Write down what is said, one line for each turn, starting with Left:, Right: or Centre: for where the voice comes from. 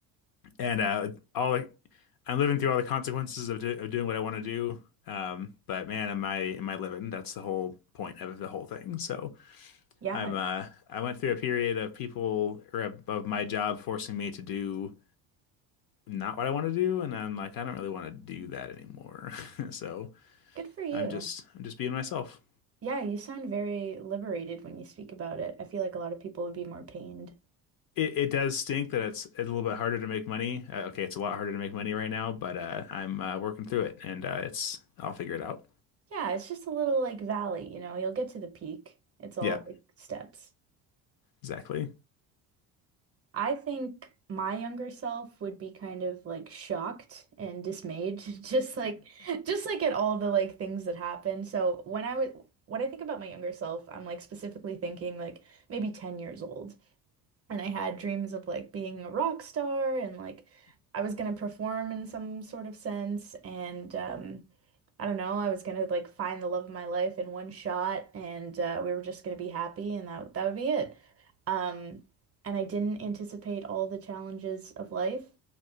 Left: and uh, all I'm living through all the consequences of, do, of doing what I want to do. Um, but man, am I am I living? That's the whole point of the whole thing. So.
Right: Yeah,
Left: I'm uh I went through a period of people or of, of my job forcing me to do not what I want to do, and I'm like, I don't really want to do that anymore. <laughs> So
Right: good for you.
Left: I'm just I'm just being myself.
Right: Yeah, you sound very liberated when you speak about it. I feel like a lot of people would be more pained.
Left: It it does stink that it's a little bit harder to make money. Uh, okay, it's a lot harder to make money right now, but uh, I'm uh, working through it, and uh, it's I'll figure it out.
Right: Yeah, it's just a little like valley, you know, you'll get to the peak. It's all
Left: Yeah,
Right: like steps.
Left: exactly. <laughs>
Right: I think my younger self would be kind of like shocked and dismayed, <laughs> just like just like at all the like things that happened. So when I was when I think about my younger self, I'm like specifically thinking like maybe 10 years old. And I had dreams of like being a rock star and like I was gonna perform in some sort of sense and um I don't know, I was gonna like find the love of my life in one shot and uh, we were just gonna be happy and that that would be it. Um, and I didn't anticipate all the challenges of life